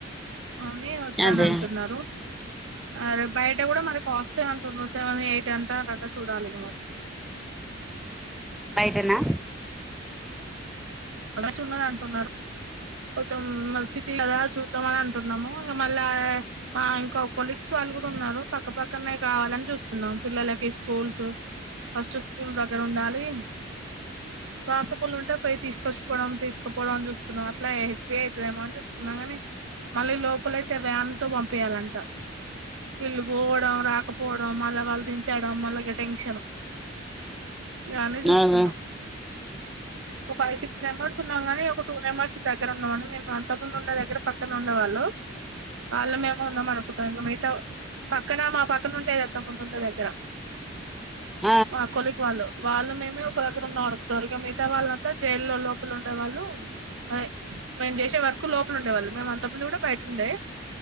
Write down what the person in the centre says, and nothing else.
అదే
బైటనా
అదే
ఆ ఆ